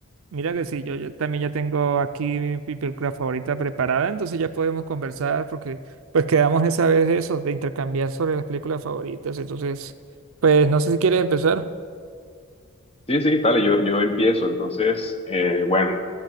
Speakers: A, on the right; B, on the left.
A: mira que sí, yo, yo también ya tengo aquí mi, mi película favorita preparada, entonces ya podemos conversar porque pues quedamos esa vez de eso, de intercambiar sobre las películas favoritas, entonces pues no sé si quieres empezar.
B: Sí, sí, dale, yo, yo empiezo. Entonces, eh, bueno.